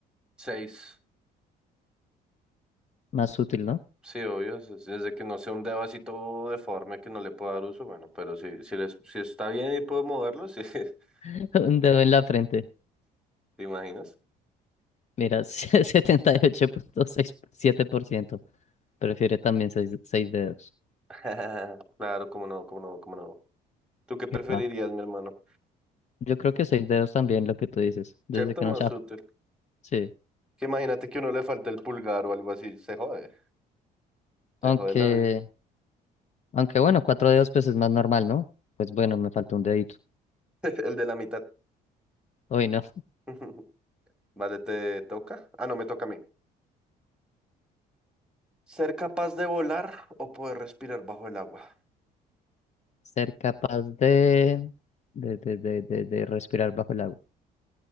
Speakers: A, in the centre; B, on the left (about 45°).
A: seis
B: Más útil, ¿no?
A: Sí, obvio, es- es- desde que no sea un dedo así todo deforme que no le pueda dar uso, bueno, pero si, si, les, si está bien y puedo moverlo, sí, <laughs>
B: <laughs> Un dedo en la frente.
A: ¿te imaginas?
B: Mira, <laughs> setenta y ocho punto seis siete por ciento, prefiere también seis, seis dedos.
A: <laughs> Claro, cómo no, cómo no, cómo no. ¿Tú qué preferirías,
B: Epa.
A: mi hermano?
B: Yo creo que seis dedos también, lo que tú dices, desde
A: ¿Cierto,
B: que
A: Masute?
B: no sea. Sí.
A: Que imagínate que uno le falta el pulgar o algo así, se jode. Te
B: Aunque,
A: jode la vida.
B: aunque bueno, cuatro dedos pues es más normal, ¿no? Pues bueno, me faltó un dedito.
A: <laughs> El de la mitad.
B: Hoy no.
A: <laughs> Vale, te toca. Ah, no, me toca a mí. Ser capaz de volar o poder respirar bajo el agua.
B: Ser capaz de, de, de, de, de, de respirar bajo el agua.